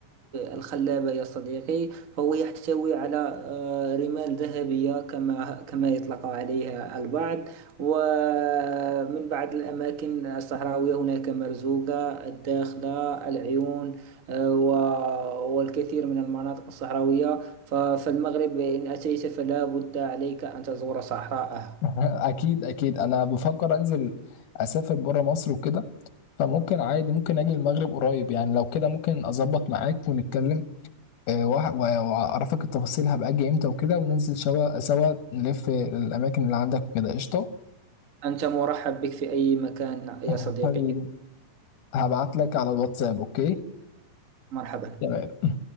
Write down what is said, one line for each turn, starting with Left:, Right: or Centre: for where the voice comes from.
Right: الخلابة يا صديقي فهو يحتوي على آه، رمال ذهبية كما كما يطلق عليها البعض ومن بعض الأماكن الصحراوية هناك مرزوقة الداخلة العيون آه، و- والكثير من المناطق الصحراوية ف- فالمغرب إن أتيت فلا بد عليك أن تزور صحراءه
Left: <laughs> اكيد اكيد انا بفكر انزل اسافر بره مصر وكده فممكن عادي ممكن اجي المغرب قريب يعني لو كده ممكن اظبط معاك ونتكلم آه، وأح- واعرفك التفاصيل هبقى اجي امتى وكده وننزل سوا سوا نلف الاماكن اللي عندك وكده قشطه
Right: أنت مرحب بك في أي مكان يا
Left: <laughs>
Right: صديقي
Left: حبيبي هبعت لك على الواتساب اوكي
Right: مرحبا
Left: تمام